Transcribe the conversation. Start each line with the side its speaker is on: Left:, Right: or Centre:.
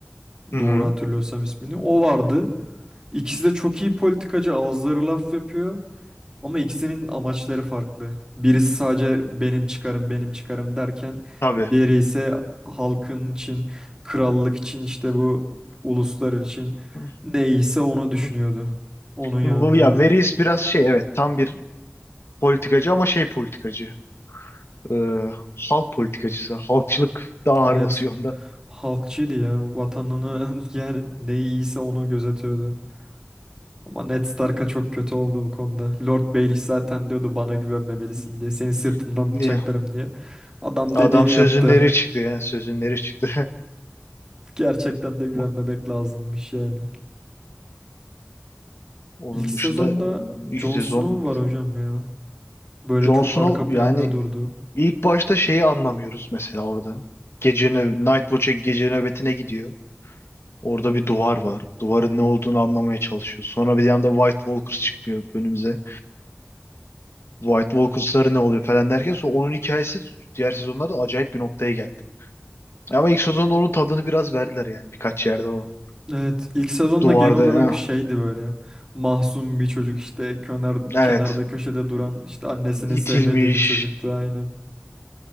Left: Hı hı.
Right: Doğru hatırlıyorsam ismini. O vardı. İkisi de çok iyi politikacı, ağızları laf yapıyor. Ama ikisinin amaçları farklı. Birisi sadece benim çıkarım, benim çıkarım derken
Left: Tabii.
Right: diğeri ise halkın için, krallık için işte bu uluslar için
Left: Hı
Right: neyse onu düşünüyordu.
Left: hı.
Right: Onun yanındaydı.
Left: Bu, ya Veris biraz şey evet tam bir politikacı ama şey politikacı. Ee, halk politikacısı. Halkçılık daha ağır
Right: Evet.
Left: basıyor
Right: Halkçıydı ya. Vatanını
Left: Hı
Right: <laughs> yani ne iyiyse onu gözetiyordu. Ama Ned Stark'a çok kötü oldu bu konuda. Lord Baelish zaten diyordu bana güvenmemelisin
Left: hı.
Right: diye. Seni sırtından
Left: Ne?
Right: bıçaklarım diye. Adam
Left: Adam
Right: dediğini
Left: sözünleri
Right: yaptı.
Left: çıktı yani sözünleri çıktı.
Right: Gerçekten de güvenmemek
Left: <laughs>
Right: lazımmış yani.
Left: Onun
Right: İlk sezonda
Left: dışında ilk
Right: Jon
Left: sezon
Right: Snow var hocam ya. Böyle
Left: Jon
Right: çok
Left: Snow
Right: arka planda
Left: yani
Right: durdu.
Left: ilk başta şeyi anlamıyoruz mesela orada. Gece nöb Night Watch'e gece nöbetine gidiyor. Orada bir duvar var. Duvarın ne olduğunu anlamaya çalışıyor. Sonra bir yanda White Walkers çıkmıyor önümüze. White Walkers'ları ne oluyor falan derken sonra onun hikayesi diğer sezonlarda acayip bir noktaya geldi. Ama ilk sezonda onun tadını biraz verdiler yani birkaç yerde o.
Right: Evet, ilk sezonda
Left: Duvarda
Right: genel olarak
Left: ah,
Right: şeydi böyle. Mahzun bir çocuk işte kenar,
Left: evet
Right: kenarda köşede duran işte annesinin sevmediği
Left: itilmiş.
Right: bir çocuktu aynen.